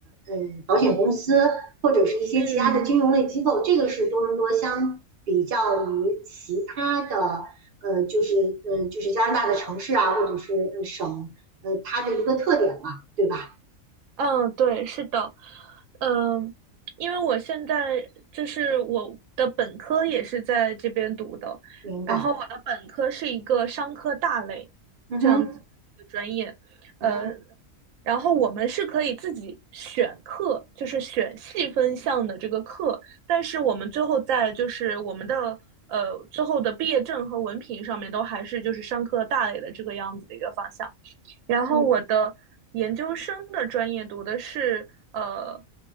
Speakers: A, on the right; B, on the right.
A: 呃保险公司，或者是一些其他的金融类机构，
B: 嗯。
A: 这个是多伦多相比较于其他的，呃，就是呃就是加拿大的城市啊，或者是呃省，呃它的一个特点嘛，对吧？
B: 嗯，对，是的，嗯，因为我现在就是我的本科也是在这边读的，
A: 明白，
B: 然后我的本科是一个商科大类
A: 嗯哼，
B: 这样子的一个专业，呃，
A: 嗯哼，
B: 然后我们是可以自己选课，就是选细分项的这个课，但是我们最后在就是我们的呃最后的毕业证和文凭上面都还是就是商科大类的这个样子的一个方向。然后我的研究生的专业读的是呃
A: 嗯。